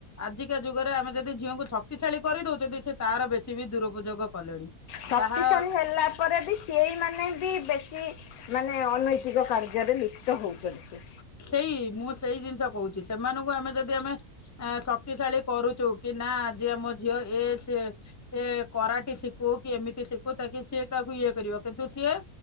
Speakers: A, on the left; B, on the left.
A: ଆଜିକା ଯୁଗରେ ଆମେ ଯଦି ଝିଅଙ୍କୁ ଶକ୍ତିଶାଳୀ କରିଦଉଛନ୍ତି ସେ ତାର ବେଶୀ ବି ଦୁରୁପଯୋଗ କଲେଣି।
B: ଶକ୍ତିଶାଳି
A: ତାହା
B: ହେଲା ପରେ ବି ସିଏଇ ମାନେ ବି ବେଶୀ ମାନେ ଅନୈତିକ କାର୍ଯ୍ୟରେ ଲିପ୍ତ ହଉଛନ୍ତି।
A: ସେଇ ମୁଁ ସେଇ ଜିନିଷ କହୁଛି ସେମାନଙ୍କୁ ଆମେ ଯଦି ଆମେ ଆ ଶକ୍ତିଶାଳୀ କରୁଚୁ କି ନା ଆଜି ଆମ ଝିଅ ଏ ସେ ଏ କରାଟ ଶିଖୁ କି ଏମିତି ଶିଖୁ ତାକି ସିଏ କାହାକୁ ଇଏ କରିବ କିନ୍ତୁ ସିଏ